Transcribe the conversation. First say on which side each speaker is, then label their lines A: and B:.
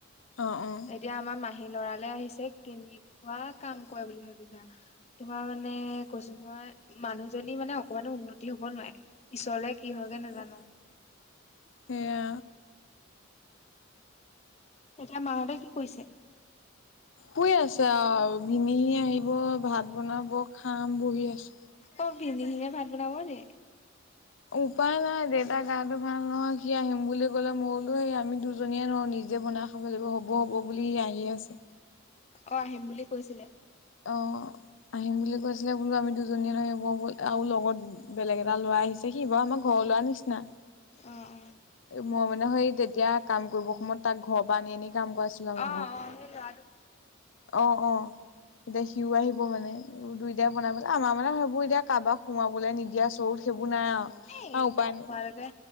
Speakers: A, on the left; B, on the left.
A: অ অ
B: এতিয়া আমাৰ মাহী ল'ৰালে আহিছে। তেনেকুৱা কাম কৰে বুলি ভাবিছা? তোমাৰ মানে কৈছো নহয় মানুহজনী মোৰ মানে অকমানো উন্নতি হ'ব নোৱাৰে। পিছলে কি হয়গে নাজানো।
A: সেয়া!
B: এতিয়া মাহঁতে কি কৰিছে?
A: শুই আছে আৰু, ভিনিহি আহিব ভাত বনাব খাম বহি আছো।
B: অ', ভিনিহিয়ে ভাত বনাব নে?
A: উপায় নাই। দেউতা গাটো ভাল নহয় সি আহিম বুলি ক'লে মই কলো সেই আমি দুজনীয়ে নোৱাৰো নিজে নিজেই বনাই খাব লাগিব। হ'ব হ'ব বুলি আহি আছে।
B: অ', আহিম বুলি কৈছিলে?
A: অ'। আহিম বুলি কৈছিলে বোলো আমি দুজনীয়ে নাহিব আৰু লগত বেলেগ এটা ল'ৰা আহিছে সি বা আমাৰ ঘৰত ওলোৱা নিচিনা।
B: অহ।
A: মই মানে সেই তেতিয়া কাম কৰিব সময়ত তাক ঘৰ পৰা আনি আনি কাম কৰাইছিলো আমাৰ
B: অ অ
A: ঘৰত।
B: অ সেই ল'ৰাটো
A: আহ অ'। এতিয়া সিও আহিব মানে দুইটাই বনাই পেলাই আমাৰ মানে সেইবোৰ এতিয়া কাৰোবাক সোমাবলৈ নিদিয়া চৰুত সেইবোৰ সেইবোৰ নাই
B: এ
A: আৰু
B: এতিয়া
A: উপায় নাই।
B: তোমালোকে